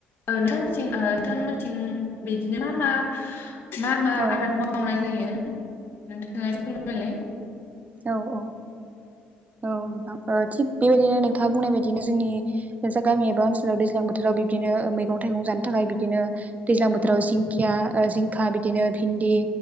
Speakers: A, on the left (about 50°); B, on the right (about 30°).
A: ओ नोंथांमोनथिं ओ नोंथांमोनथिं बिदिनो मा मा मा मा
B: औ
A: आबाद मावनाय जायो नोंथां फोरमायलाय।
B: औ औ। औ नोंथां ओ थिग बेबायदिनो नोंथाङा बुंनाय बायदिनो जोंनि जा गामि एबा ओनसोलाव दैज्लां बोथोराव बिदिनो मैगं थाइगं जानो थाखाय बिदिनो दैज्लां बोथोराव जिं दिंखिया ओ जिंखा बिदिनो भिन्दि